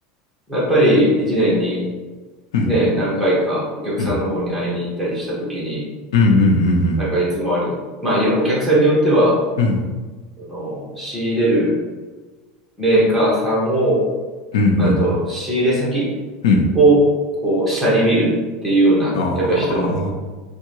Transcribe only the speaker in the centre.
まあやっぱり一年に
ね、何回かお客さんの方に会いに行ったりした時に、
なんかいつもあり、まあいろお客さんによっては、
あの仕入れるメーカーさんを、
あと仕入れ先
をこう下に見るっていうような、
やっぱり人も